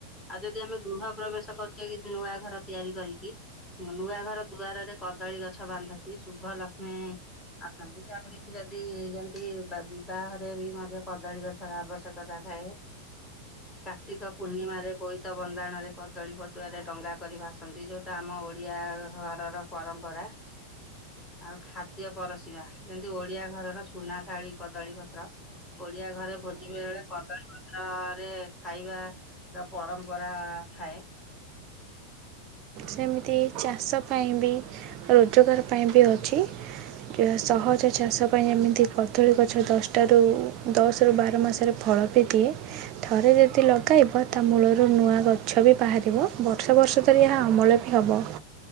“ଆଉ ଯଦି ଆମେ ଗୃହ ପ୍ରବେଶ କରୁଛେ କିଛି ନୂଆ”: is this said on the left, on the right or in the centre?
Left